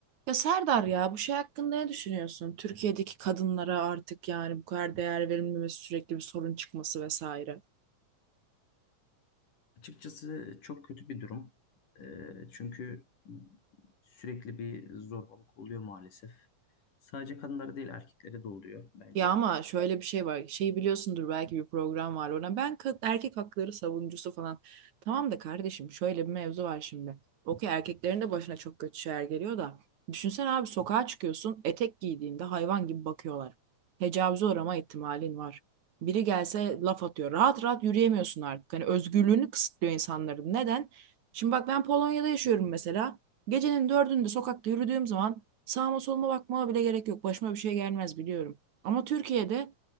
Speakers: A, on the right (about 65°); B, on the left (about 80°).
A: Ya Serdar ya bu şey hakkında ne düşünüyorsun? Türkiye'deki kadınlara artık yani bu kadar değer verilmemesi, sürekli bir sorun çıkması vesaire.
B: Açıkçası çok kötü bir durum. Ee, çünkü sürekli bir zorbalık oluyor maalesef. Sadece kadınlara değil erkeklere de oluyor bence.
A: Ya ama şöyle bir şey var. Şeyi biliyorsundur belki bir program var ona. Ben ka- erkek hakları savunucusu falan. Tamam da kardeşim şöyle bir mevzu var şimdi. Okey erkeklerin de başına çok kötü şeyler geliyor da. Düşünsene abi sokağa çıkıyorsun etek giydiğinde hayvan gibi bakıyorlar. Tecavüze uğrama ihtimalin var. Biri gelse laf atıyor. Rahat rahat yürüyemiyorsun artık. Hani özgürlüğünü kısıtlıyor insanların. Neden? Şimdi bak ben Polonya'da yaşıyorum mesela. Gecenin dördünde sokakta yürüdüğüm zaman sağıma soluma bakmama bile gerek yok. Başıma bir şey gelmez biliyorum. Ama Türkiye'de